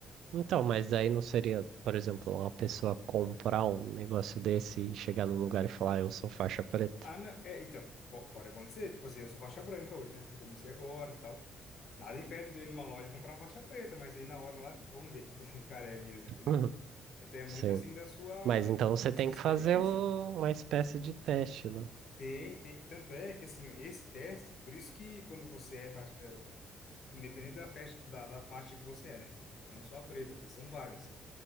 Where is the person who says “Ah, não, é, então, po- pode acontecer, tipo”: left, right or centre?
Left